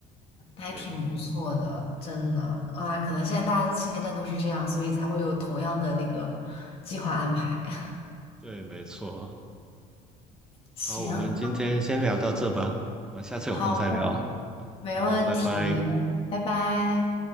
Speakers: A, on the left; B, in the centre.
A: 还挺不错的，
B: 对
A: 真的啊！可能现在大家现阶段都是这样，所以才会有同样的那个计划安排。<laughs>
B: 对，没错。
A: 行，
B: 好，我们今天先聊到这吧，我们下次有空再聊。
A: 好的，没问题，
B: 好的，拜拜。
A: 拜拜。